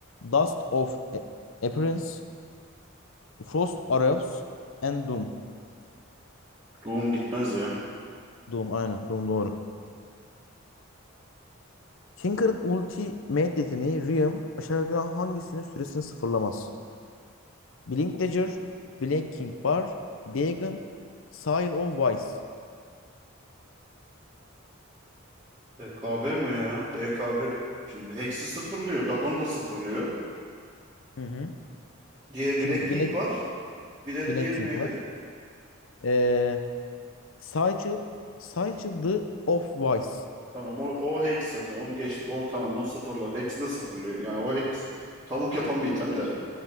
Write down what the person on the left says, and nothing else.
Dust of A- Appearance, Frost Arrows and Doom.
Doom aynen Doom doğru. Tinker'ın ultimate yeteneği Riem aşağıdakilerden hangisinin süresini sıfırlamaz? Blink Dagger, Black King Bar, Dagon, Seal of Wise.
Hı hı.
Şimdi
Black,
Black
King
var. Ee, Sigil, Sigil the of Vice.